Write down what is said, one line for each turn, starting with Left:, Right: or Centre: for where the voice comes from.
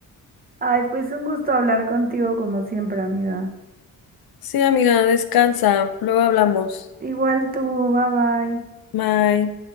Right: Ay, pues un gusto hablar contigo como siempre, amiga.
Left: Sí, amiga, descansa, luego hablamos.
Right: Igual tú, bye bye.
Left: Bye.